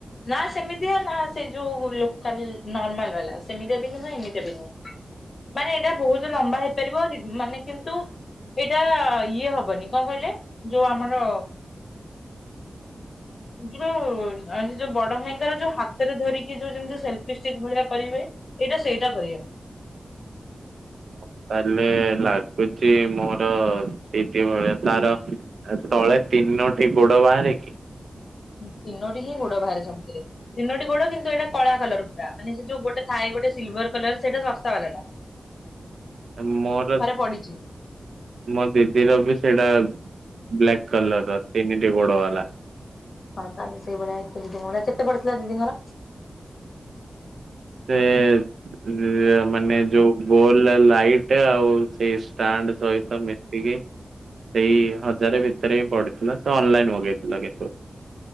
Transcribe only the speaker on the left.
ନା ସେମିତିଆ ନା ସେ ଯୋଉ ଲୋକାଲ ନର୍ମାଲ ବାଲା ସେମିତିଆ ବି ନୁହେଁ ଏମିତିଆ ବି ନୁହଁ। ମାନେ ଏଇଟା ବହୁତ ଲମ୍ବା ହେଇପାରିବଯେ ମାନେ କିନ୍ତୁ ଏଇଟା ଇଏ ହବନି କଣ କହିଲେ ଯୋଉ ଆମର
ଜୀଜୁ ଯୋଉ ଆ ସେ ଯୋଉ ବଡ଼ ଭାଇଙ୍କର ଯୋଉ ହାତରେ ଧରିକି ଯୋଉ ଯେମତି ସେଲ୍ଫି ଷ୍ଟିକ୍ ଭଳିଆ କରିବେ। ଏଇଟା ସେଇଟା କରିଆ।
ଉଁ ତିନୋଟି ହିଁ ଗୋଡ଼ ବାହାରେ ସବୁଥିରେ ତିନୋଟି ଗୋଡ଼ କିନ୍ତୁ ଏଟା କଳା କଲର ପୁରା। ମାନେ ସେ ଯୋଉ ଗୋଟେ ଥାଏ ଗୋଟେ ସିଲଭର୍ କଲର୍ ସେଟା ଶସ୍ତା ବାଲାଟା।
ପଡିଚି।
ହଁ ତାହେଲେ ସେଇ ଭଳିଆ ହେଇଥି ଦିଦି ଭଳିଆ। କେତେ ପଡ଼ିଥିଲା ଦିଦିଙ୍କର?